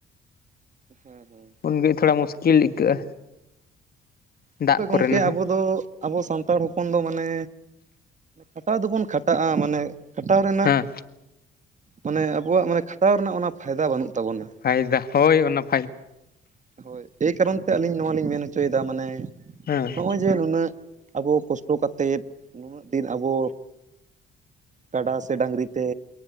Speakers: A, on the right; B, on the left.
A: ᱦᱮᱸ ᱦᱮᱸ
B: ᱩᱱᱜ ᱛᱷᱚᱲᱟ ᱢᱩᱥᱠᱤᱞ ᱟᱹᱭᱠᱟᱹᱜᱼᱟ ᱫᱟᱜ
A: ᱛᱚᱵᱮ
B: ᱠᱚᱨᱮᱱᱟᱜ
A: ᱜᱚᱝᱠᱮ
B: ᱦᱚᱸ
A: ᱟᱵᱚ ᱫᱚ ᱟᱵᱚ ᱥᱟᱱᱛᱟᱲ ᱦᱚᱯᱚᱱ ᱫᱚ ᱢᱟᱱᱮ ᱠᱷᱟᱴᱟᱣ ᱫᱚᱵᱚᱱ ᱠᱷᱟᱴᱟᱜᱼᱟ ᱢᱟᱱᱮ ᱠᱷᱟᱴᱟᱣ ᱨᱮᱱᱟᱜ
B: ᱦᱮᱸ
A: ᱢᱟᱱᱮ ᱟᱵᱚᱣᱟᱜ ᱢᱟᱱᱮ ᱠᱷᱟᱴᱟᱣ ᱨᱮᱱᱟᱜ ᱚᱱᱟ ᱯᱷᱟᱭᱫᱟ ᱵᱟᱹᱱᱩᱜ ᱛᱟᱵᱚᱱᱟ ᱾
B: ᱯᱷᱟᱭᱫᱟ ᱦᱳᱭ ᱚᱱᱟ ᱾
A: ᱦᱮᱸ, ᱦᱳᱭ ᱾ ᱮᱭ ᱠᱟᱨᱚᱱ ᱛᱮ ᱟᱹᱞᱤᱧ ᱱᱚᱣᱟ ᱞᱤᱧ ᱢᱮᱱ ᱦᱚᱪᱚᱭᱮᱫᱟ, ᱢᱟᱱᱮ
B: ᱦᱮᱸ ᱾
A: ᱱᱚᱜᱼᱚᱭ ᱡᱮ ᱱᱩᱱᱟᱹᱜ ᱟᱵᱚ ᱠᱚᱥᱴᱚ ᱠᱟᱛᱮᱫ ᱱᱩᱱᱟᱹᱜ ᱫᱤᱱ ᱟᱵᱚ ᱠᱟᱰᱟ ᱥᱮ ᱰᱟᱝᱨᱤ ᱛᱮ